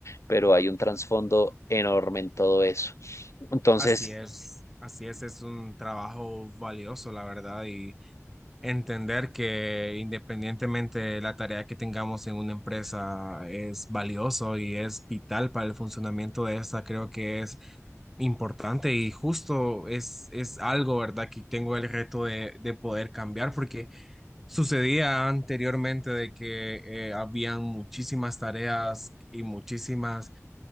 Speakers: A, on the left; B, in the centre.
A: Pero hay un trasfondo enorme en todo eso. Entonces,
B: Así es, así es, es un trabajo valioso, la verdad, y entender que independientemente de la tarea que tengamos en una empresa es valioso y es vital para el funcionamiento de esta, creo que es importante y justo es, es algo, ¿verdad? Que tengo el reto de, de poder cambiar porque sucedía anteriormente de que eh, habían muchísimas tareas y muchísimas